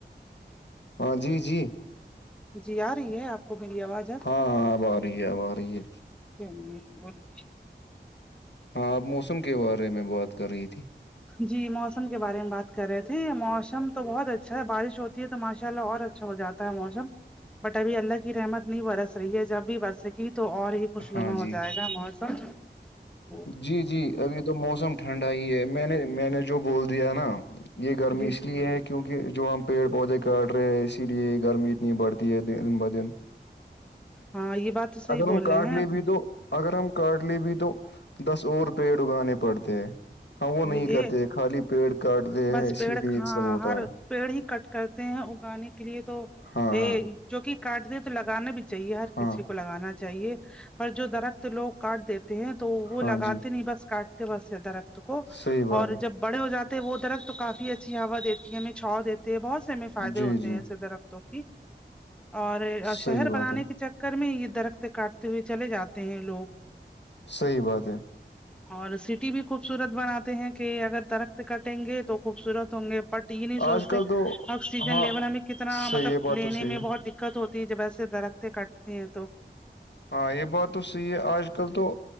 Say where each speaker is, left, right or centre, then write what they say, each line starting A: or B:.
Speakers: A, on the left (about 75°); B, in the centre.
A: ہاں جی جی
B: جی آ رہی ہے آپ کو میری آواز اب
A: ہاں ہاں اب آرہی ہے اب آرہی ہے
B: چلیے بولیے
A: ہاں آپ موسم کے بارے میں بات کر رہی تھی
B: جی موسم کے بارے میں بات کر رہے تھے موسم تو بہت اچھا ہے بارش ہوتی ہے تو ماشاءاللہ اور اچھا ہو جاتا ہے موسم بٹ ابھی اللہ کی رحمت نہیں برس رہی ہے جب بھی برسے گی تو اور ہی خوشنما
A: ہاں جی
B: ہو جائے گا موسم تو
A: جی جی ابھی تو موسم ٹھنڈا ہی ہے میں نے میں نے جو بول دیا نا یہ گرمی
B: جی
A: اس لیے ہے کہ کیونکہ جو ہم پیڑ پودے کاٹ رہے ہیں اسی لیے گرمی اتنی بڑھتی ہے دن بہ دن
B: ہاں یہ بات تو صحیح
A: اگر
B: بول
A: ہم کاٹ
B: رہے
A: لیں
B: ہیں
A: بھی تو اگر ہم کاٹ لیے بھی تو دس اور پیڑ اگانے پڑتے ہیں ہم وہ نہیں
B: یہ
A: کرتے خالی پیڑ کاٹتے ہیں
B: بس
A: اسی
B: پیڑ
A: لیے یہ
B: ہاں
A: سب ہوتا
B: ہر
A: ہے
B: پیڑ ہی کٹ کرتے ہیں اگانے کے لیے تو
A: ہاں
B: ایہہ
A: ہاں
B: جو کہ کاٹ دیں تو لگانا بھی چاہیے ہر
A: ہاں
B: کسی کو لگانا چاہیے پر جو درخت تو لوگ کاٹ دیتے ہیں تو وہ
A: ہاں
B: لگاتے
A: جی
B: نہیں بس کاٹتے بس ہیں درخت کو
A: صحیح بات
B: اور
A: ہے
B: جب بڑے ہو جاتے ہیں وہ درخت تو کافی اچھی ہوا دیتی ہے ہمیں چھاؤں دیتے ہیں بہت سے ہمیں فائدے
A: جی
B: ہوتے
A: جی
B: ہیں ایسے درخت تو ٹھیک اور شہر
A: صحیح بات
B: بنانے
A: ہے
B: کی چ گھر میں ہی یہ درخت کاٹتے ہوئے چلے جاتے ہیں یہ لوگ
A: صحیح بات ہے
B: اور سٹی بھی خوب خوبصورت بناتے ہیں کہ اگر درخت کٹیں گے تو خوبصورت ہوں گے بٹ یہ نہیں
A: آج
B: سوچتے
A: کل تو
B: آکسیجن
A: ہاں
B: لیول ہمیں کتنا
A: صحیح
B: مطلب
A: ہے بات
B: لینے
A: تو صحیح
B: میں
A: ہے
B: بہت دقت ہوتی ہے جب ایسے درختیں کٹتی ہیں تو
A: ہاں یہ بات تو صحیح ہے آج کل تو